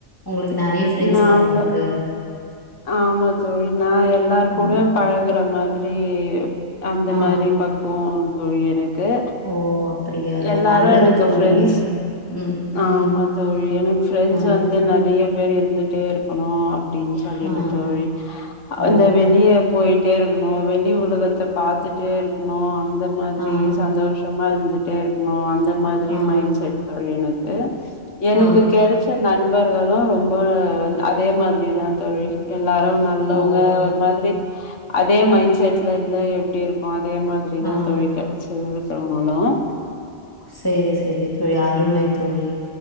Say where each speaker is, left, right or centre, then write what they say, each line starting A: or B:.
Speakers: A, on the left; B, on the left.
A: உங்களுக்கு நிறைய ஃப்ரெண்ட்ஸா
B: நாம்ப
A: உங்களுக்கு
B: ஆமா தோழி நா எல்லார்
A: ஆ
B: கூடயு பழகுற மாதிரி அந்த
A: ஆ
B: மாரி பக்குவோ தோழி எனக்கு
A: ஓ அப்படியா
B: எல்லாரு
A: நல்லது
B: எனக்கு
A: தோழி
B: ஃபிரெண்ட்ஸ்
A: ம்
B: ஆமா
A: ம்
B: தோழி எனக்கு ஃப்ரெண்ட்ஸ்
A: ஆ
B: வந்து நெறைய பேர் இருந்துட்டே இருக்கணு அப்டின்னு சொல்லிட்டு
A: ஆ
B: தோழி அந்த
A: ஓ
B: வெளிய போயிட் டே இருக்கணு வெளி உலகத்த பார்த்துட்டே இருக்கணு அந்த மாதிரி
A: ஆ
B: சந்தோஷ் ஷோம இருந்துட்டே இருக்கணு அந்த மாதிரி
A: ஆ
B: மைண்ட் செட் எனக்கு எனக்கு
A: ஆ
B: கிடைச் ச நண்பர்களு ரொம்ப அதே மாதிரி தா தோழி எல்லாரு நல்லவங்க
A: ஓ
B: ஒரு மாதிரி அதே மைண்ட் செட்ல இருந்தா எப்டி இருக்கு அதே மாதி ரிதா
A: ஆ
B: தோழி கெடைச்சுது மித்தவங்களும்
A: சேரி சேரி தோழி அருமை தோழி